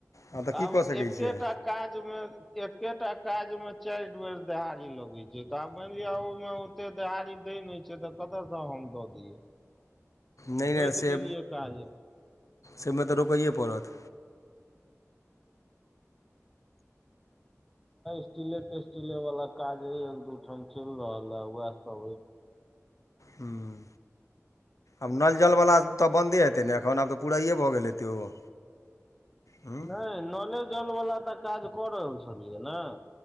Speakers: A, on the left; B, in the centre.
A: हँ तऽ
B: तब
A: की कऽ सकैत
B: एकेटा
A: छियै
B: काज में। एकेटा काज में चाइर बेर देहाड़ी लगै छय, तऽ आ मानि लिअ ओहि में तऽ देहाड़ी दैय नय छय, तऽ कतसॅं हम दऽ दियै।
A: नैय
B: रोकि
A: से
B: देलियै काज
A: समे तऽ रूकैए पड़त।
B: स्टीले -तेस्टीले वाला काज एक दूठाम चलि रहल है, उएह सब अई।
A: हूॅं, आब नल -जल बला तऽ बन्दे हेतै ने, एखन आब तऽ पुराइेए भऽ गेलै हैतै ओ। हूँ
B: नय नले जल वाला तऽ काज कऽ रहल छलियै ने।